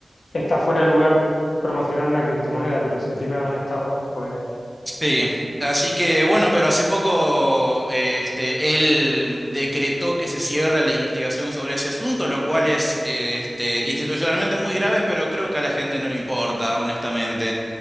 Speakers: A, on the left; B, in the centre.
A: está fuera de lugar promocionar una criptomoneda, pero si encima es una estafa, pues,
B: Sí, así que bueno, pero hace poco eh, este, él decretó que se cierre la investigación sobre ese asunto, lo cual es eh, este, institucionalmente muy grave, pero creo que a la gente no le importa, honestamente.